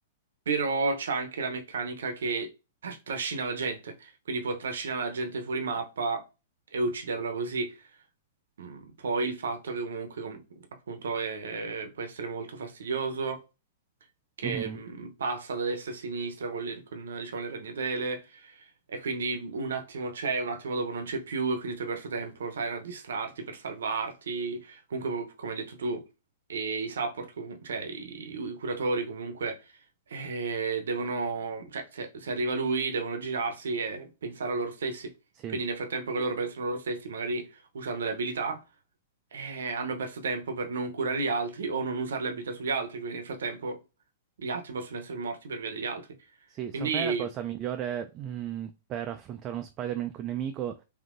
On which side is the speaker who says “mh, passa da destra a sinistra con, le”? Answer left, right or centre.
Right